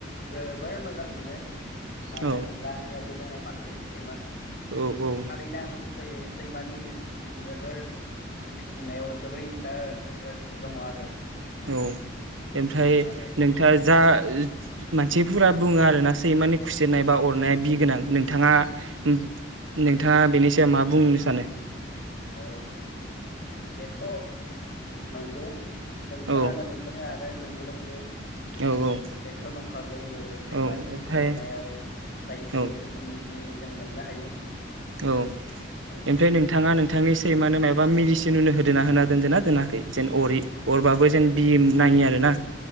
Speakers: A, on the left; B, on the right.
A: जोबोर मोजां मोनो मानो
B: औ
A: होनोब्ला आंनियाव दङ मासे सैमा
B: औ औ
A: थारैनो आं सै सैमानि जोबोर फिसिनायाव जोबोर इन्टारेस्ट दङ आरो नोंथां
B: औ ओमफ्राय
A: आरो
B: नोंथाङा जा मानसिफोरा बुङो आरोना सैमानि खुसिनाय बा अरनाया बि गोनां नोंथाङा नोंथाङा बेनि सायाव मा बुंनो सानो
A: औ बेथ नंगौ। जों खोनानो
B: औ
A: मोनदों आरो। ओमफ्राय नुबोदोंबो।
B: औ औ
A: बेथ नंखागौ सैमानि
B: औ ओमफ्राय
A: फुसेेरनायाव बायदि
B: औ
A: रोखोमनि। बि जों मोननो हायो।
B: औ
A: औ
B: ओमफ्राय नोंथाङा नोंथांनि स सैमानो मायाबा मेदिसिन होननो होदा होना दोनद ना दोनाखै जेन अरि अरबाबो जेन बि नाङि आरो ना।